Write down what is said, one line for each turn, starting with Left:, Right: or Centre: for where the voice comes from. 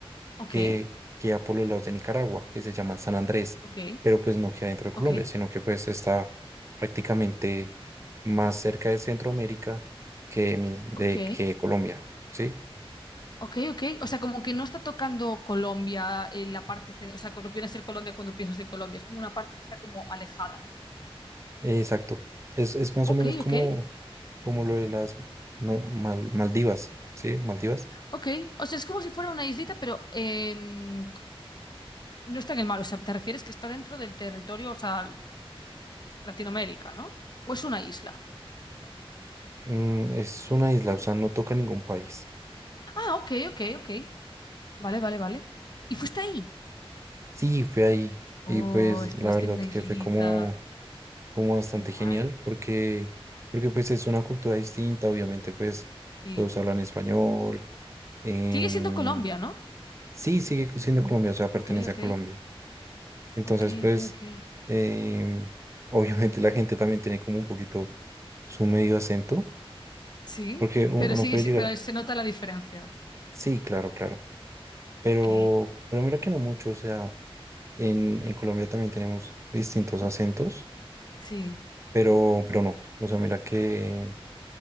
Left: Ok,
Right: que queda por los lados de Nicaragua, que se llama San Andrés,
Left: ok,
Right: pero pues no queda dentro de
Left: ok,
Right: Colombia, sino que pues está prácticamente más cerca de Centroamérica que, mi- de,
Left: ok,
Right: que Colombia, ¿sí?
Left: ok, ok. O sea, como que no está tocando Colombia en la parte, cen- o sea, lo que viene a ser Colombia cuando piensas en Colombia. Es como una parte que está como alejada, ¿no?
Right: Exacto. Es, es más
Left: Ok,
Right: o menos como
Left: ok.
Right: como lo de las no, Mal- Maldivas, ¿sí? Maldivas.
Left: Ok, o sea, es como si fuera una islita, pero em, No está en el mar, o sea, te refieres que está dentro del territorio, o sea, Latinoamérica, ¿no? ¿O es una isla?
Right: Mm, es una isla, o sea, no toca ningún país.
Left: Ah, ok, ok, ok. Vale, vale, vale. ¿Y fuiste ahí?
Right: Sí, fue ahí y
Left: Oh,
Right: pues
Left: estuviste
Right: la verdad
Left: en una islita.
Right: que fue como, como bastante
Left: Qué guay.
Right: genial porque, porque pues es una cultura distinta, obviamente pues
Left: Sí.
Right: todos hablan español. em,
Left: Sigue siendo Colombia, ¿no?
Right: sí, sigue siendo Colombia, o sea, pertenece
Left: Ok, ok.
Right: a Colombia. Entonces
Left: Ok,
Right: pues
Left: ok, ok.
Right: em, <laughs> obviamente la gente también tiene como un poquito su medio acento
Left: Sí,
Right: porque u- uno
Left: pero sigue,
Right: puede
Left: si-
Right: llegar...
Left: pero
Right: a...
Left: se nota la diferencia.
Right: Sí, claro, claro. Pero,
Left: Ok,
Right: pero mira que no mucho, o sea, en, en Colombia también tenemos distintos acentos,
Left: sí.
Right: pero, pero no, o sea, mira que,